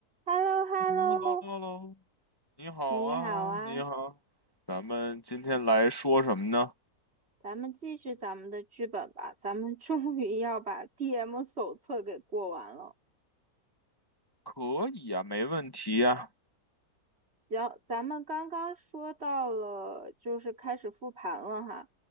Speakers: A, on the right; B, on the left.
A: h e l l o h
B: h
A: e l l
B: 喽
A: o
B: l 喽，你好啊，
A: 你好啊，
B: 你好，咱们今天来说什么呢？
A: 咱们继续咱们的剧本吧。咱们终于要把 DM 手册给过完了。
B: 可以啊，没问题呀。
A: 行，咱们刚刚说到了，就是开始复盘了哈。